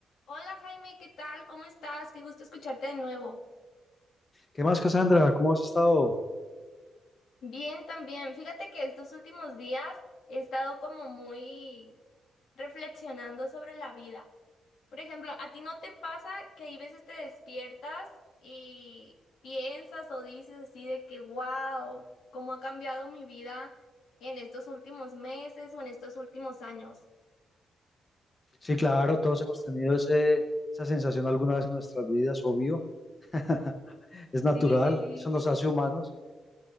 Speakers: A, on the left (about 75°); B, on the left (about 35°).
A: Hola Jaime, ¿qué tal? ¿Cómo estás? Qué gusto escucharte de nuevo.
B: ¿Qué más, Cassandra? ¿Cómo has estado?
A: Bien, también. Fíjate que estos últimos días he estado como muy reflexionando sobre la vida. Por ejemplo, ¿a ti no te pasa que hay veces te despiertas y piensas o dices así de que, wow, cómo ha cambiado mi vida en estos últimos meses o en estos últimos años?
B: Sí, claro, todos hemos tenido ese, esa sensación alguna vez en nuestras vidas, obvio. <laughs> Es natural,
A: Sí, sí, sí.
B: eso nos hace humanos.